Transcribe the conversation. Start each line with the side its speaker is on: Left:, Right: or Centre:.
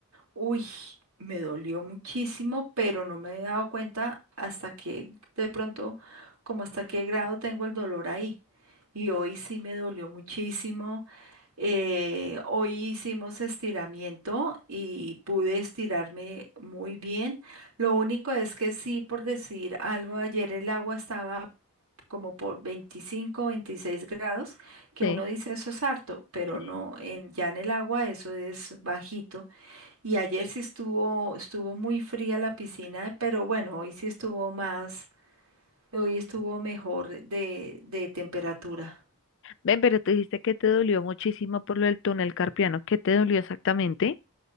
Right: Uy, me dolió muchísimo, pero no me he dado cuenta hasta que de pronto, como hasta qué grado tengo el dolor ahí. Y hoy sí me dolió muchísimo. Eh, hoy hicimos estiramiento y pude estirarme muy bien. Lo único es que sí, por decir algo, ayer el agua estaba como por 25, 26 grados, que
Left: sí,
Right: uno dice eso es harto, pero
Left: sí.
Right: no, en, ya en el agua eso es bajito. Y ayer sí estuvo, estuvo muy fría la piscina, pero bueno, hoy sí estuvo más, hoy estuvo mejor de, de temperatura.
Left: Ven, pero te dijiste que te dolió muchísimo por lo del túnel carpiano. ¿Qué te dolió exactamente?